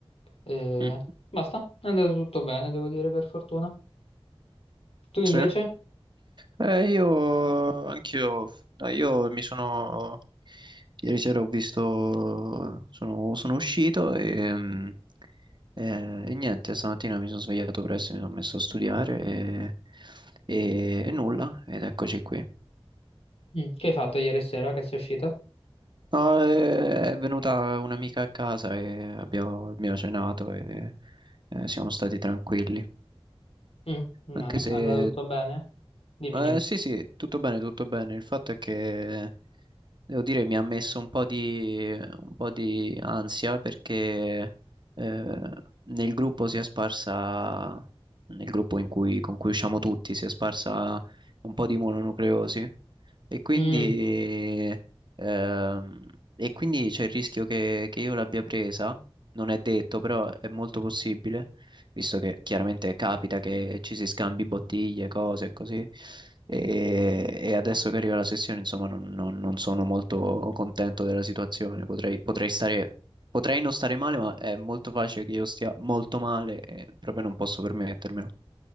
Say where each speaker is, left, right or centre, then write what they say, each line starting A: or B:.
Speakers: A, on the left; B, on the right.
A: e
B: Mm,
A: basta, è andato tutto bene, devo dire, per fortuna. Tu
B: Sì.
A: invece?
B: Eh, io anch'io, no, io mi sono ieri sera ho visto, sono, sono uscito e, mm, eh, e niente, stamattina mi sono svegliato presto, mi sono messo a studiare e, e- e nulla, ed eccoci qui.
A: Mm, Che hai fatto ieri sera che sei uscito?
B: No, eh, è venuta un'amica a casa e abbiamo, abbiamo cenato e eh, siamo stati tranquilli,
A: Mm, Bene,
B: anche
A: è
B: se
A: andato tutto bene? Dimmi,
B: Eh,
A: dimmi.
B: sì, sì, tutto bene, tutto bene. Il fatto è che devo dire mi ha messo un po' di, un po' di ansia perché eh, nel gruppo si è sparsa, nel gruppo in cui- con cui usciamo tutti, si è sparsa un po' di mononucleosi e quindi,
A: Mm.
B: ehm, e quindi c'è il rischio che, che io l'abbia presa, non è detto, però è molto possibile visto che chiaramente capita che ci si scambi bottiglie, cose e così. E, e adesso che arriva la sessione, insomma, non, non- non sono molto contento della situazione. Potrei, potrei stare, potrei non stare male, ma è molto facile che io stia molto male e proprio non posso permettermelo.